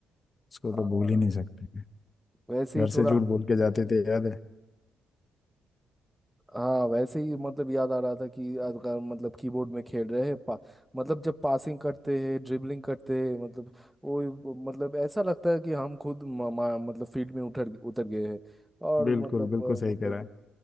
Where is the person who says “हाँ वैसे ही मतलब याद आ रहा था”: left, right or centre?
Centre